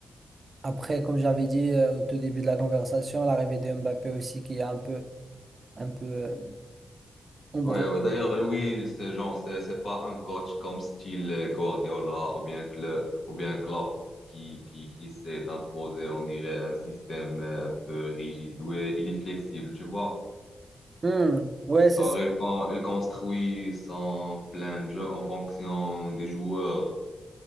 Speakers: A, on the right; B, on the left.
A: Après, comme j'avais dit euh, au tout début de la conversation, l'arrivée de Mbappé aussi qui est un peu, un peu euh, embrouillé.
B: Ouais, ouais. D'ailleurs, lui, c'est genre, c'est c'est pas un coach comme style euh, Guardiola ou bien Klopp, ou bien Klopp qui, qui, qui essaie d'imposer, on dirait, un système euh, un peu rigide. Lui, il est flexible, tu vois.
A: Hmm, Ouais, c'est
B: Genre,
A: ça.
B: il, con- il construit son plein de jeux en fonction des joueurs.